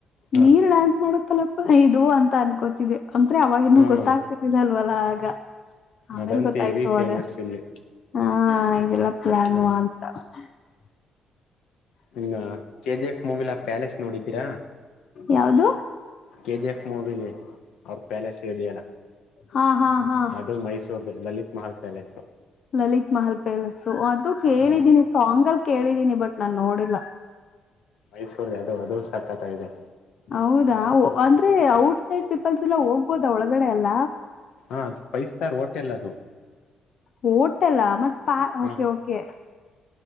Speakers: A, on the left; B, on the left.
A: ಹಾ
B: ನೀರ್ ಡ್ಯಾನ್ಸ್ ಮಾಡಲಪ್ಪ ಇದು ಅಂತ ಅನ್ಕೋತಿದ್ದೆ ಅಂದ್ರೆ ಅವಾಗಿನ
A: ಹ್ಮ್
B: ಗೊತ್ತಾಗ್ತಿರ್ಲ್ಲಲ್ವಲ್ಲ ಆಗ ಆಮೇಲ್
A: ಅದಂತ
B: ಗೊತ್ತಾಯ್ತು
A: ಎವಿ ಫೇಮಸ್
B: ಅದ
A: ಇಲ್ಲಿ
B: ಹಾ ಇದೆಲ್ಲಾ ಪ್ಲಾಾನ
A: ಹ್ಮ್
B: <unintelligible>
A: ಹ ಕೆ ಜಿ ಎಫ್ ಮೂವಿಲಾ ಪ್ಯಾಲೇಸ್ ನೋಡಿದ್ದೀರಾ
B: ಯಾವದು
A: ಕೆ ಜಿ ಫ್ ಮೂವಿಲಿ ಅವ್ರ ಪ್ಯಾಲಸ್ ಇದಿಯಲ್ಲ
B: ಹಾ ಹಾ ಹಾ
A: ಅದು Mysore Lalit Mahal palace
B: Lalit Mahal palace ಅದು ಕೇಳಿದೀನಿ
A: ಹ
B: ಸಾಂಗಲ್ ಕೇಳಿದೀನಿ ಬಟ್ ನಾನ್ ನೋಡಿಲ್ಲ
A: ಮೈಸೂರ್ಲ್ಲಿ ಅದು ಅದು ಸಾಕ್ಕತ ಆಗಿ ಇದೆ
B: ಹೌದಾ ಅಂದ್ರೆ ಔಟ್ಸೈಡ್ ಪೀಪಲ್ಸ್ ಎಲ್ಲ ಹೋಗ್ಬೋದಾ ಒಳಗಡೆ ಎಲ್ಲ
A: ಹಾ ಅದು ಫೈವ್ ಸ್ಟಾರ್ ಹೋಟೆಲ್ ಅದು
B: ಹೋಟೆಲ್ಲ ಮತ್ತ ಪಾ
A: ಹ
B: ಓಕೆ ಓಕೆ